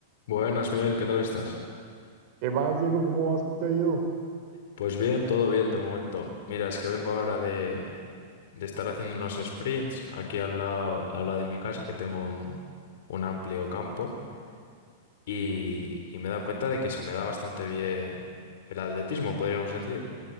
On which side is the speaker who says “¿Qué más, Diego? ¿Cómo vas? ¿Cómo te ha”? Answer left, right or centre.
Right